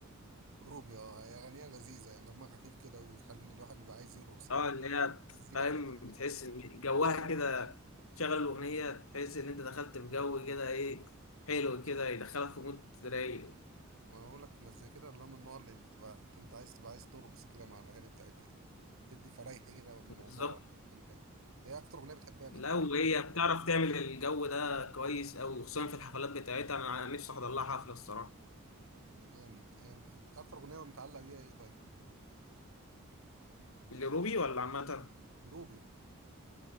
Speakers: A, on the right; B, on the left.
A: روبي اه هي أغنية لذيذة يعني دمها خفيف كده وتخلي الواحد يبقى عايز يرقص يعني
B: آه اللي هي
A: المزيكا
B: فاهم
A: بتاعتها كده
B: بتحس إن جوها كده تشغل الأغنية تحس إن أنت دخلت في جو كده إيه حلو كده يدخلك في مود رايق
A: ما بقول لك مزيكا كده اللي هو من النوع اللي تبقى أنت عايز تبقى عايز ترقص كده مع الأغاني بتاعتها يعني تدي فريحة كده الموضوع
B: بالظبط
A: أنت هي أكتر أغنية بتحبها ليها
B: لا وهي بتعرف تعمل الجو ده كويس أوي وخصوصا في الحفلات بتاعتها أنا نفسي أحضر لها حفلة الصراحة
A: ده جامد هي أنت أكتر أغنية متعلقة بيها إيه طيب؟
B: لروبي ولا عامة
A: روبي